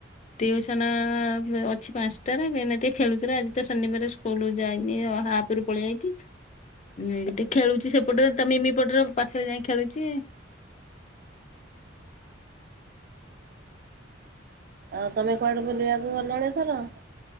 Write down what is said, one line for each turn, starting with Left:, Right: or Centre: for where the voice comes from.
Left: ଟିଉସନ ଅଛି ପାଞ୍ଚଟାରେ ଏଇନା ଟିକେ ଖେଳୁଥିଲା ଆଜି ତ ଶନିବାର ଶୁ ସ୍କୁଲ ଯାଇନି ହାପ ରୁ ପଳେଇ ଆଇଛି। ଏଇଠି ଖେଳୁଛି ସେପଟେ ତା ମିମି ପଟରେ ପାଖରେ ଯାଇ ଖେଳୁଛି।
Right: ଆଉ ତମେ କୁଆଡେ ବୁଲିବାକୁ ଗଲଣି ଏଥର?